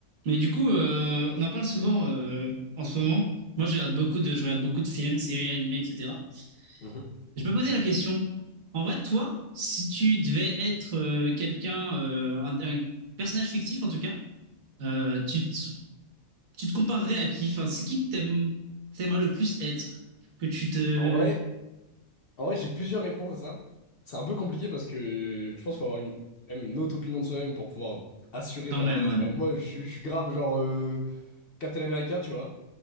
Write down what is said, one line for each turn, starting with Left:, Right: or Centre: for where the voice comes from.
Right: Mais du coup, euh, on en parle souvent euh, en ce moment. Moi, je regarde beaucoup de, je regarde beaucoup de films, séries, animés, etc.
Left: Mhm.
Right: Et je me posais la question, en vrai, toi, si tu devais être euh, quelqu'un, euh, un, un personnage fictif en tout cas, euh, tu te, tu te comparerais à qui? Enfin, c'est qui que t'aimes, que t'aimerais le plus être? Que tu te...
Left: En vrai, en vrai, j'ai plusieurs réponses à ça. C'est un peu compliqué parce que je pense qu'il faut avoir une, quand même une autre opinion de soi-même pour pouvoir assurer,
Right: Quand
Left: genre,
Right: même,
Left: euh,
Right: ouais.
Left: bah moi, je, suis je suis grave, genre, euh, Captain America, tu vois.